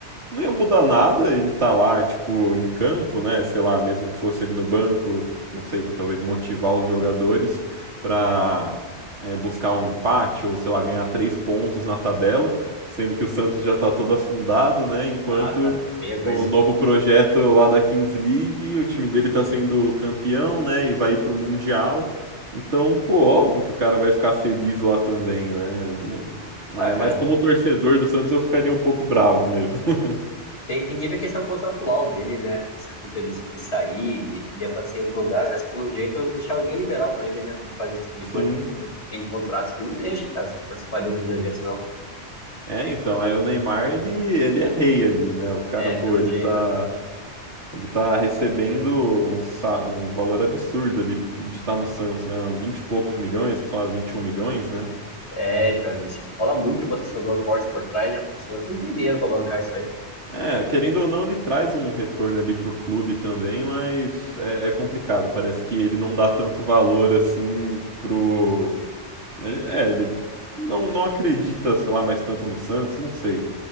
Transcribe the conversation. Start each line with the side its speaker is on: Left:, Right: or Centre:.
Right: não ia mudar nada ele tá lá, tipo, em campo, né? Sei lá, mesmo que fosse ele no banco, não sei, pra talvez motivar os jogadores pra é, buscar um empate ou, sei lá, ganhar três pontos na tabela, sendo que o Santos já tá todo afundado, né? Enquanto
Left: Tá, tá, tá feia a coisa.
Right: o novo projeto lá da Kings League, o time dele tá sendo campeão, né? E vai ir pro Mundial. Então, pô, óbvio que o cara vai ficar feliz lá também, né? Não- Mas,
Left: Ah, cara,
Right: mas como torcedor do Santos, eu ficaria um pouco bravo mesmo. <laughs>
Left: tem, tem que ver a questão contratual dele, né? Essa fita de, de sair, de, de aparecer em outros lugares, mas pelo jeito deixaram bem liberal pra ele, né? Pra ele fazer esse tipo de
Right: Sim.
Left: coisa, porque não tem contratos que não deixa, cara, você participar de outros eventos, não.
Right: É, então, aí o Neymar, ele, ele é rei ali, né? O cara,
Left: É,
Right: pô,
Left: pelo
Right: ele
Left: jeito.
Right: tá, ele tá recebendo um, sa- um valor absurdo ali de estar no Santos, né? vinte e poucos milhões, que falaram 21 milhões, né?
Left: É, então, diz que rola muito patrocinador forte por trás, né? Porque o Santos não tem dinheiro pra bancar isso aí.
Right: É, querendo ou não, ele traz um retorno ali pro clube também, mas é, é complicado. Parece que ele não dá tanto valor assim pro. ele- é, ele não, não acredita, sei lá, mais tanto no Santos, não sei,